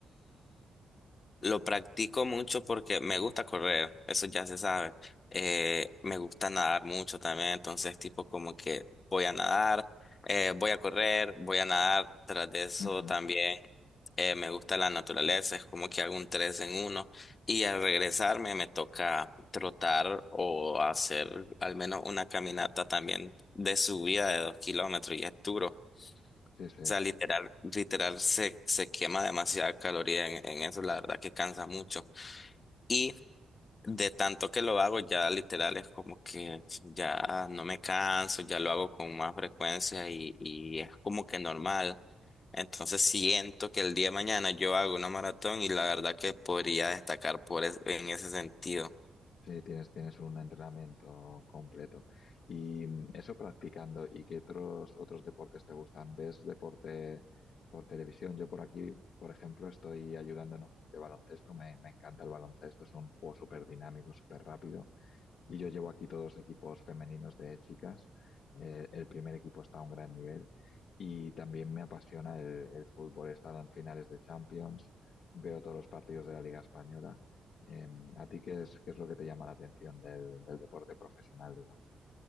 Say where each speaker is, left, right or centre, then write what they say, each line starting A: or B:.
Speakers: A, on the left (about 40°); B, on the left (about 70°).
A: Lo practico mucho porque me gusta correr, eso ya se sabe. Eh, me gusta nadar mucho también, entonces tipo como que voy a nadar, eh, voy a correr, voy a nadar. Tras de eso
B: Mm -hmm.
A: también eh, me gusta la naturaleza, es como que hago un tres en uno y al regresarme me toca trotar o hacer al menos una caminata también de subida de dos kilómetros y es duro.
B: Sí, sí.
A: O sea, literal, literal se, se quema demasiada caloría en, en eso, la verdad que cansa mucho. Y de tanto que lo hago, ya literal es como que ya no me canso, ya lo hago con más frecuencia y, y es como que normal. Entonces siento que el día de mañana yo hago una maratón y la verdad que podría destacar por es- en ese sentido.
B: Sí, tienes, tienes un entrenamiento completo. Y mm, eso practicando, ¿y qué otros, otros deportes te gustan? ¿Ves deporte por televisión? Yo por aquí, por ejemplo, estoy ayudando en un club de baloncesto. Me, me encanta el baloncesto, es un juego súper dinámico, súper rápido y yo llevo aquí todos los equipos femeninos de chicas. Eh, el primer equipo está a un gran nivel y también me apasiona el, el fútbol. He estado en finales de Champions, veo todos los partidos de la Liga Española. Eh, ¿a ti qué es, qué es lo que te llama la atención del, del deporte profesional, digamos?